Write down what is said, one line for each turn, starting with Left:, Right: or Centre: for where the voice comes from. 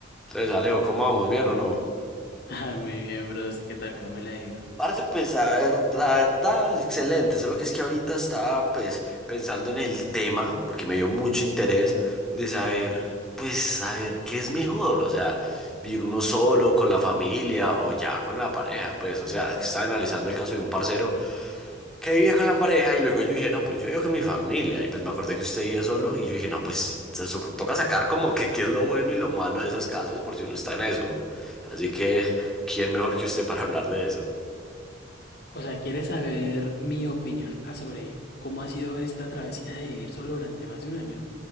Centre: Entonces, Alejo, ¿cómo vamos? ¿Bien o no?
Left: Ah, muy bien, bro. ¿Qué tal? ¿Cómo me la ha ido?
Centre: Parce, pues a ver, la verdad, excelente. Solo que es que ahorita estaba pues pensando en el tema, porque me dio mucho interés de saber, pues, saber qué es mejor, o sea, vivir uno solo, con la familia o ya con la pareja, pues, o sea, es que estaba analizando el caso de un parcero que vivía con la pareja y luego yo dije, no, pues yo vivo con mi familia y pues me acordé que usted vivía solo y yo dije, no, pues te so- toca sacar como que qué es lo bueno y lo malo de esos casos por si uno está en eso. Así que, ¿quién mejor que usted para hablar de eso?
Left: O sea, ¿quieres saber mi opinión a sobre cómo ha sido esta travesía de vivir solo durante más de un año?